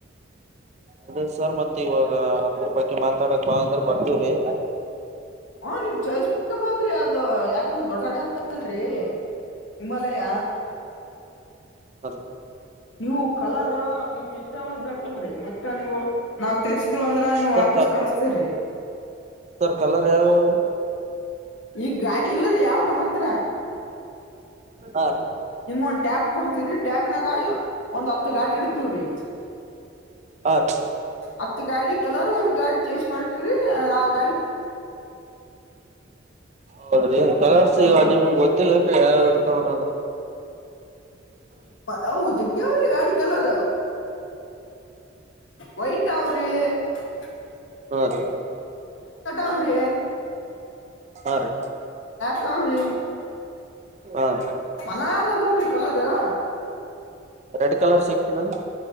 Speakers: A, on the right; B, on the left.
A: ಅದೇ ಸರ್ ಮತ್ತ್ ಇವಾಗ ಅದ್ರ ಬಗ್ಗೆ ಮಾತಾಡಕ್ ಬಾ ಅಂದ್ರ ಬರ್ತವ್ರಿ
B: ಹ ನೀವು್ ಜಯಸ್ ಹೋದ್ರಿ ಅದು ಯಾಕ ದೊಡ್ಡ ದಡತಲ್ರಿ ಹಿಮಾಲಯ
A: ಹ
B: ನೀವು ಕಲರ್ ನಿಮ್ ಎಷ್ಟ ಾಕಲ್ರರಿ ಮತ್ತ ನೀವು ನಾವ್ ತೆರ್ಸಿದೀವಂದ್ರ ನೀವ್
A: ಸರ್
B: ವಾಪಸ್
A: ಕ
B: ಕಳಸ್ತೇವ್ರಿ
A: ಸರ್ ಕಲರ್ ಯಾವ್ಯಾವ್ರಿ
B: ಈ ಗಾಡಿ ಇಲ್ಲರಿೀ ಯಾವ್ ನಮ್ಮ ಹತ್ರ
A: ಹ ರ
B: ಒಂದು ಟ್ಯಾಬ್ ಕೊಡ್ತೀ್ರೀ ಟ್ಯಾಬ್ನ ಒಂದ್ ಹತ್ತು ಗಾಡಿ ಇಡ್ತವ್ರಿ
A: ಹಾ ರೀ
B: ಹತ್ತು ಗಾಡಿ ಕಲರ್ ಒಂದ್ ಗಾಡಿ ಚೇಸ್ ಮಾಡ ಅದು
A: ಹೌದ್ರಿ ಕಲರ್ಸ್
B: ಹ್ಮ
A: ಈಗ ನಿಮ್ಗ್ ಗೊತ್ತಿಲ್ಲೇನ್ರಿ ಯಾವ ಇರ್ತಾವನ್ನೋದು
B: ಹ ಜ ಯಾವ್ರೀ ಗಾಡಿ ಕಲರ್ ವೈಟ್ ಅವ್ರಿ ಹ
A: ಹ ರ
B: ಅವ್ರ
A: ಹೀ
B: ಕಿ
A: ಹೌ ರೀ
B: ನಾ ರ ಬವ್ರಿ ಕಲಡವ
A: ರೆಡ್ ಕಲರ್ ಸಿಗ್ತದನ್ರಿ